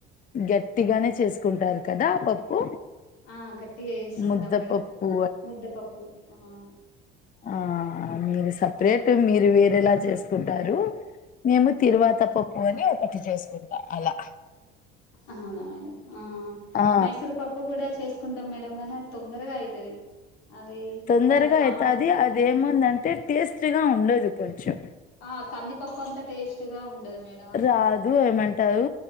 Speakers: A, on the left; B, on the left.
A: గట్టిగానే చేసుకుంటారు కదా పప్పు.
B: ఆహ్ గట్టిగా వేసుకుంటాం
A: ముద్దపప్పు
B: మేడం ముద్దపప్పు అవును.
A: ఆహ్ మీరు సపరేట్ మీరు వేరేలా చేసుకుంటారు. మేము తిరువాత పప్పు అని ఒకటి చేసుకుంటాం అలా.
B: అవునా మేడం ఆహ్
A: ఆ
B: మైసూర్ పప్పు కూడా చేసు. చేసుకుంటాం మేడం గానీ అది తొందరగా అయితది. అది
A: తొందరగా
B: దాంట్లో టమాటలు
A: అవుతది అది ఏముందంటే టేస్ట్ గా ఉండదు. కొంచెం
B: ఆహ్ కందిపప్పు అంతా టేస్ట్ గా ఉండదు. మేడం అది
A: కాదు ఏమంటారు